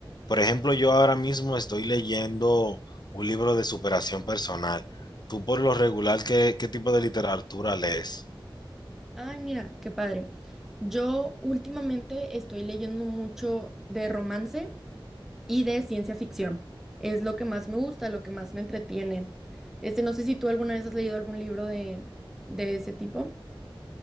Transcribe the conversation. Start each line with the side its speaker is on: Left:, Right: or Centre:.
Left: por ejemplo, yo ahora mismo estoy leyendo un libro de superación personal. ¿Tú por lo regular qué, qué tipo de literatura lees?
Centre: Ay, mira, qué padre. Yo últimamente estoy leyendo mucho de romance y de ciencia ficción. Es lo que más me gusta, lo que más me entretiene. Este, no sé si tú alguna vez has leído algún libro de, de ese tipo.